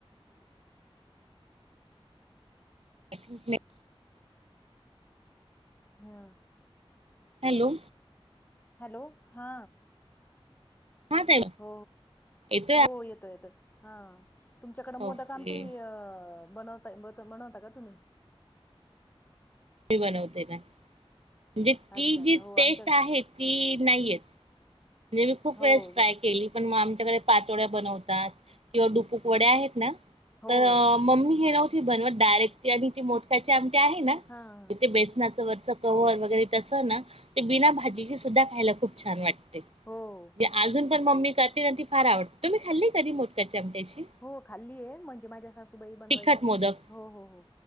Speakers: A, on the right; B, on the left.
A: <unintelligible>
B: हां
A: हॅलो
B: हॅलो, हा.
A: हा ताई
B: हो
A: येतोय
B: हो हो येतो येतो हा. तुमच्याकडें मोद
A: ओके
B: कामपी बनवता का तुम्ही?
A: मी बनवते ना म्हणजे
B: अच्छा,
A: ती
B: अच्छा.
A: जी
B: हो
A: टेस्ट
B: आमच्या
A: आहे ती नाहीयेत. म्हनजे मी खूप
B: हो,
A: वेळेस ट्राय
B: हो.
A: केली. पणग आमच्याकडे पातोळ्या बनवतात. किंवा डुपुक वड्या आहेत. ना.
B: हो,
A: तर
B: हो.
A: मम्मी हे नव्हती बनवत डायरेक्ट ती आणि ती मोदका्याचे आमटे आहे. ना.
B: हां.
A: इथे बेसनाचं वरच क
B: हो,
A: वगैरे तस ना ते बिना भाजीची सुद्धा खायला खूप छान वाटते.
B: हो.
A: अजून पण मम्मी करते ना ती फार आवड तुम्ही खाल्ली कधी मोदकाची आमटी अशी?
B: हो खाल्ली आहे म्हणजे माझ्या सासूबाई बनवायच्या
A: तिखट मोदक
B: हो हो हो.